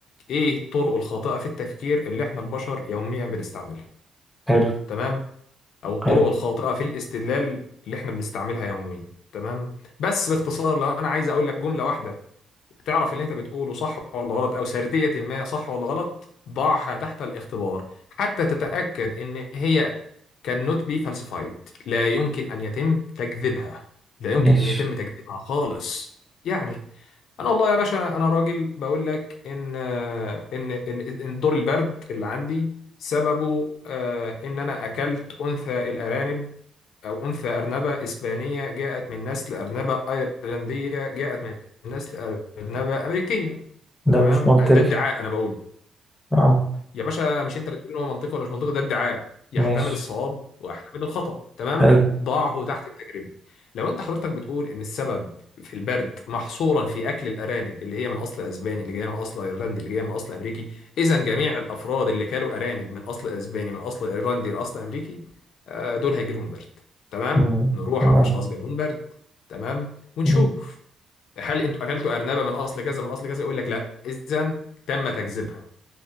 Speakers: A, on the left; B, in the centre.
A: إيه الطرق الخاطئة في التفكير اللي إحنا البشر يوميا بنستعملها
B: حلو
A: تمام أو الطرق
B: حلو
A: الخاطئة في الاستدلال اللي إحنا بنستعملها يوميا تمام بس باختصار لو أنا عايز أقول لك جملة واحدة تعرف اللي انت بتقوله صح ولا غلط او سردية ما صح ولا غلط ضعها تحت الاختبار حتى تتأكد ان هي cannot be falsified لا يمكن ان يتم تكذيبها لا يمكن
B: ماشي
A: ان يتم تكذيبها خالص يعني انا والله يا باشا انا راجل بقول لك ان ان ان, إن دور البرد اللي عندي سببه آه، ان انا اكلت انثى الارانب أو أنثى أرنبة إسبانية جاءت من نسل أرنبة أيرلندية جاءت من نسل أرنبة أمريكية
B: ده
A: تمام
B: مش منطقي
A: ده ادعاء أنا بقوله
B: اه
A: يا باشا مش انت اللي تقول ان هو منطقي ولا مش منطقي ده ادعاء يحتمل
B: ماشي
A: الصواب ويحتمل الخطأ تمام
B: حلو
A: ضعه تحت التجربة لو انت حضرتك بتقول ان السبب في البرد محصورا في اكل الارانب اللي هي من اصل اسباني اللي جايه من اصل ايرلندي اللي جايه من اصل امريكي اذا جميع الافراد اللي كلوا ارانب من اصل اسباني من اصل ايرلندي لاصل امريكي آه، دول هيجي لهم برد تمام
B: مم.
A: نروح
B: تمام
A: على اشخاص جالهم برد تمام ونشوف
B: مم.
A: هل انتوا اكلتوا ارنبه من اصل كذا من اصل كذا يقول لك لا اذا تم تكذيبها